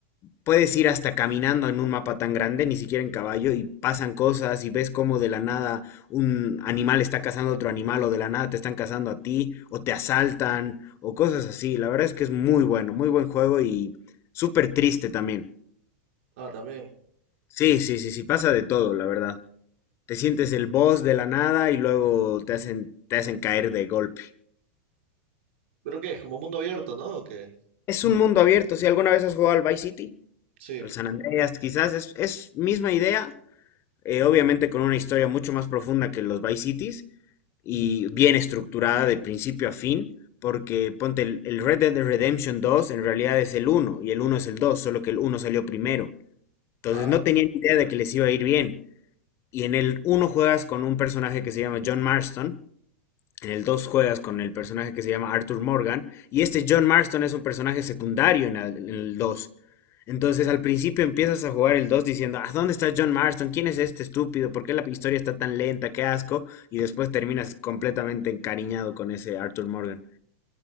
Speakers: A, on the left; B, on the right.
A: puedes ir hasta caminando en un mapa tan grande, ni siquiera en caballo, y pasan cosas y ves cómo de la nada un animal está cazando a otro animal o de la nada te están cazando a ti o te asaltan o cosas así. La verdad es que es muy bueno, muy buen juego y súper triste también.
B: Ah, también.
A: Sí, sí, sí, sí, pasa de todo, la verdad. Te sientes el boss de la nada y luego te hacen, te hacen caer de golpe.
B: ¿Pero qué? ¿Es como mundo abierto, ¿no? ¿O qué?
A: Es un mundo abierto, si alguna vez has jugado al Vice City,
B: Sí.
A: al San Andreas, quizás es, es misma idea, eh, obviamente con una historia mucho más profunda que los Vice Cities y bien estructurada de principio a fin, porque ponte el, el Red Dead Redemption 2 en realidad es el uno y el uno es el 2 solo que el uno salió primero. Entonces
B: Ah,
A: no
B: ok.
A: tenían
B: ok.
A: idea de que les iba a ir bien. Y en el uno juegas con un personaje que se llama John Marston, en el 2 juegas con el personaje que se llama Arthur Morgan. Y este John Marston es un personaje secundario en el- 2. Entonces al principio empiezas a jugar el 2 diciendo, ¿a dónde está John Marston? ¿Quién es este estúpido? ¿Por qué la historia está tan lenta? ¡Qué asco! Y después terminas completamente encariñado con ese Arthur Morgan.